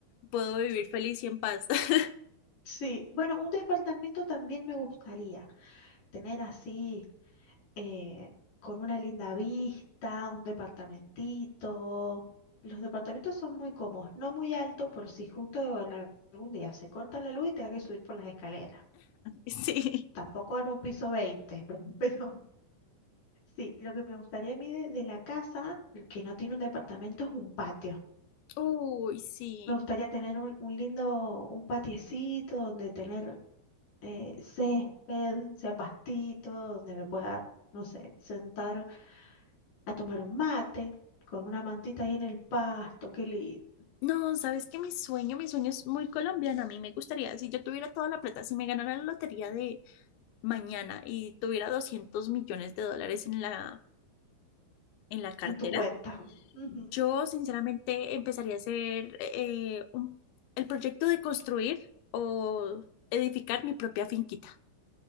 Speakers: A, on the left; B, on the left.
A: Puedo vivir feliz y en paz. <laughs>
B: Sí, bueno, un departamento también me gustaría. tener así, eh, con una linda vista, un departamentito. Los departamentos son muy cómodos, no muy alto por si justo en al- algún día se corta la luz y tenga que subir por las escaleras.
A: Sí.
B: Tampoco en un piso 20, <laughs> pero sí, lo que me gustaría a mí de, de la casa, que no tiene un departamento, es un patio.
A: Uy, sí.
B: Me gustaría tener un, un lindo, un patiecito donde tener eh, césped, sea pastito, donde me pueda, no sé, sentar a tomar un mate con una mantita ahí en el pasto, qué lindo,
A: No, sabes que mi sueño, mi sueño es muy colombiano. A mí me gustaría, si yo tuviera toda la plata, si me ganara la lotería de mañana y tuviera 200 millones de dólares en la, en la cartera,
B: en tu cuenta. Ujú.
A: yo sinceramente empezaría a hacer eh, un- el proyecto de construir o edificar mi propia finquita.